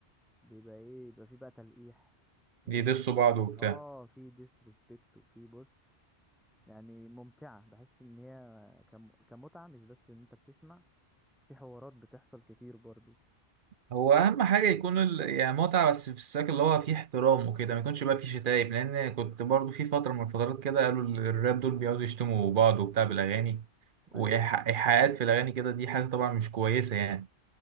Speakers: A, in the centre; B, on the right.
A: بيبقى ايه بيبقى فيه بقى تلقيح وفي
B: بيدسوا بعض وبتاع
A: اه في ديسريسبكت وفي بص يعني ممتعة بحس ان هي كم... كمتعة مش بس ان انت بتسمع في حوارات بتحصل كتير برضو
B: هو اهم حاجه يكون ال... يعني متعه بس في السياق اللي هو فيه احترام وكده ما يكونش بقى فيه شتايم لان كنت برضو في فتره من الفترات كده قالوا ال- الراب دول بيقعدوا يشتموا بعض وبتاع بالاغاني وايحاءات
A: ايوه
B: في الاغاني كده دي حاجه طبعا مش كويسه يعني